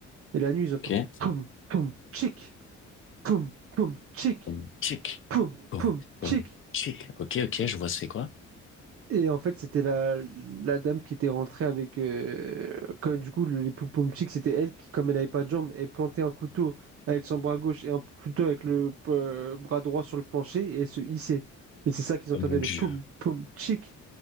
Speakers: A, on the right; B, on the left.
A: Et la nuit, ils entendent
B: Ok.
A: poum, poum, tchic, poum, poum, tchic,
B: Bon, tchic.
A: poum,
B: Bon,
A: poum, tchic.
B: bon, tchic. Ok, ok, je vois c'est quoi.
A: Et en fait, c'était la, la dame qui était rentrée avec. euh, quand, du coup, les Poupomchik, c'était elle qui, comme elle n'avait pas de jambes, elle plantait un couteau avec son bras gauche et un couteau avec le euh, bras droit sur le plancher et elle se hissait. Et c'est ça qu'ils
B: Oh
A: entendaient
B: mon Dieu.
A: le poum, poum, chic,